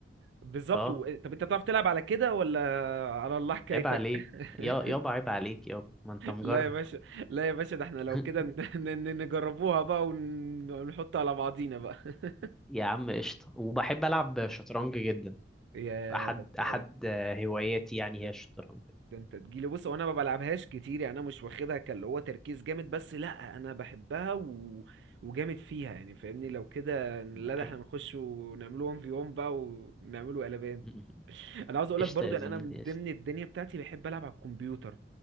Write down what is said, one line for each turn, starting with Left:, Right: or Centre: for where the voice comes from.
Right: بالظبط
Centre: اه
Right: و... طب انت بتعرف تلعب على كده ولا على الله حكايتك
Centre: عيب عليك
Right: <laughs>
Centre: يا يابا عيب عليك يابا ما انت مجرب
Right: لا يا باشا لا يا باشا ده احنا لو
Centre: <laughs>
Right: كده ن- <laughs> ن- ن- نجربوها بقى ون- ونحط على بعضينا بقى <laughs>
Centre: يا عم قشطه وبحب العب شطرنج جدا
Right: يا
Centre: احد
Right: ده انت
Centre: احد آه، هواياتي يعني
Right: ده
Centre: هي الشطرنج
Right: ده انت تجيلي بص وانا ما بلعبهاش كتير يعني انا مش واخدها كاللي هو تركيز جامد بس لا انا بحبها و... وجامد فيها يعني فاهمني لو كده لا
Centre: ده حلو
Right: ده احنا نخش ونعمله 1 في 1 بقى ونعمله قلبان
Centre: <laughs>
Right: انا عاوز اقول
Centre: قشطه
Right: لك برضو
Centre: يا
Right: يعني
Centre: زميلي
Right: انا من ضمن
Centre: قشطه
Right: الدنيا بتاعتي بحب العب على الكمبيوتر